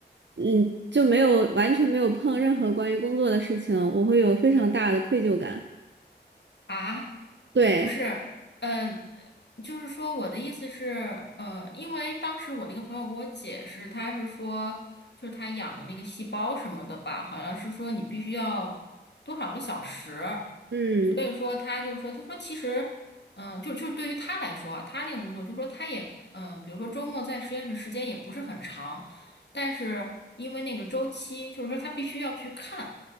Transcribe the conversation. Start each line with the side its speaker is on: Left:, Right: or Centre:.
Right: 嗯，就没有完全没有碰任何关于工作的事情，我会有非常大的愧疚感。
Left: 啊，
Right: 对，
Left: 不是，呃，就是说我的意思是，呃，因为当时我那个朋友给我解释，他是说，就是他养的那个细胞什么的吧，好像是说你必须要多少个小时，
Right: 嗯
Left: 所以说他就说，他说其实，嗯、就就是对于他来说啊他那个工作，就说他也，嗯、比如说周末在实验室时间也不是很长，但是因为那个周期，就是说他必须要去看。